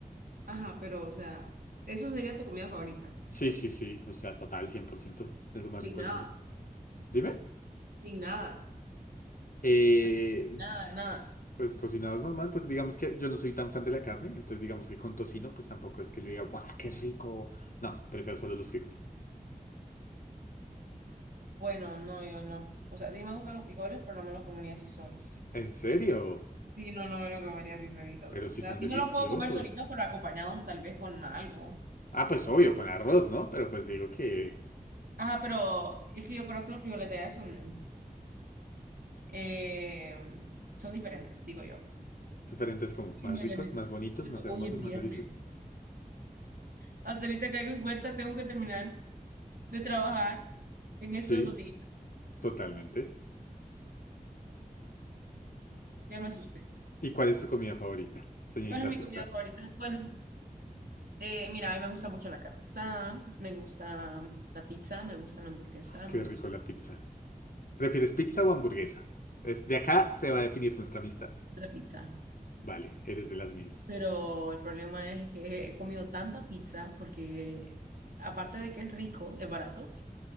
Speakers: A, on the right; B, on the left.
A: Ajá, pero, o sea, eso sería tu comida favorita, frijoles.
B: Sí, sí, sí, o sea, total, 100% es lo más
A: Sin
B: rico
A: nada,
B: del mundo. Dime,
A: sin nada.
B: eh,
A: O sea, nada,
B: s-
A: de nada.
B: pues cocinados normal, pues digamos que yo no soy tan fan de la carne, entonces digamos que con tocino, pues tampoco es que yo diga, ¡guau, qué rico! No, prefiero solo los frijoles.
A: Bueno, no, yo no. O sea, sí me gustan los frijoles, pero no me los comería así solos.
B: ¿En serio?
A: Sí, no, no me los comería así solitos.
B: Pero
A: O
B: sí
A: sea,
B: son
A: sí
B: deliciosos.
A: me los puedo comer solitos, pero acompañados tal vez con algo.
B: Ah, pues obvio, con arroz, ¿no? Pero pues digo que
A: Ajá, pero es que yo creo que los violetas son, eh, son diferentes, digo yo.
B: diferentes como
A: Y
B: más
A: mañana.
B: ricos, más bonitos,
A: Bueno,
B: más
A: hoy
B: hermosos,
A: es viernes.
B: más deliciosos.
A: Hasta ahorita caigo en cuenta, tengo que terminar de trabajar en
B: Sí,
A: estos dos días.
B: totalmente.
A: Ya me asusté.
B: ¿Y cuál es tu comida favorita, señorita
A: ¿Cuál es mi
B: Asusta?
A: comida favorita? Bueno, eh, mira, a mí me gusta mucho la carne asada, me gusta la pizza, me gusta la hamburguesa,
B: Qué
A: me gusta
B: rico la pizza. ¿Prefieres pizza o hamburguesa? Es- de acá se va a definir nuestra amistad.
A: la pizza.
B: Vale, eres de las mías.
A: Pero el problema es que he comido tanta pizza porque aparte de que es rico, es barato.